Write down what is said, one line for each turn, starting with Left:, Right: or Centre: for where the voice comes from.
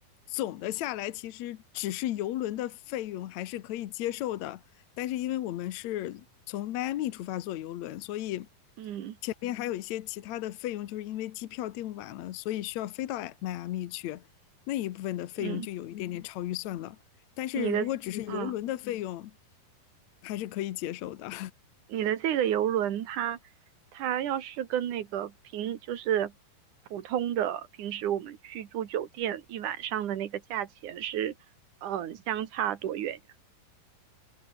Left: 总的下来，其实只是游轮的费用还是可以接受的。但是因为我们是从迈阿密出发坐游轮，所以
Right: 嗯
Left: 前面还有一些其他的费用，就是因为机票订晚了，所以需要飞到迈阿密去，那一部分的费用就有一点点超预算了。
Right: 嗯，
Left: 但是如果只是嗯游轮的费用，
Right: 你的嗯，
Left: 还是可以接受的。
Right: 你的这个游轮它，它要是跟那个平就是普通的平时我们去住酒店一晚上的那个价钱是，嗯、相差多远呀？